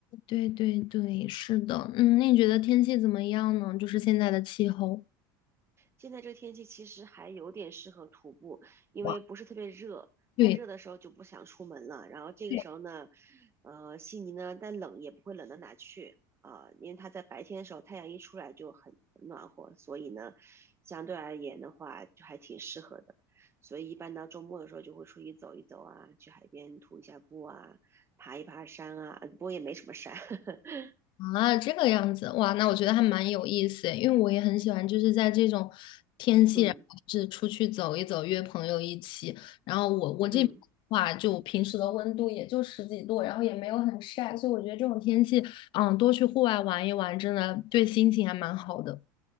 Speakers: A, on the left (about 50°); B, on the right (about 25°).
A: 对对对，是的，嗯，那你觉得天气怎么样呢？就是现在的气候。
B: 现在这个天气其实还有点适合徒步，因为不是特别热，
A: 哇，对，
B: 太热的时候就不想出门了。然后这个时候呢，
A: 对
B: 呃，悉尼呢，但冷也不会冷到哪去啊、呃因为它在白天的时候太阳一出来就很很暖和，所以呢，相对而言的话就还挺适合的。所以一般到周末的时候就会出去走一走啊，去海边徒一下步啊，爬一爬山啊，呃不过也没什么山。<laughs>
A: 啊，这个样子，哇，那我觉得还蛮有意思诶，因为我也很喜欢，就是在这种天气，
B: 嗯
A: 然后就是出去走一走，约朋友一起。然后我我这边的话，
B: 嗯。
A: 就平时的温度也就十几度，然后也没有很晒，所以我觉得这种天气，嗯，多去户外玩一玩，真的对心情还蛮好的。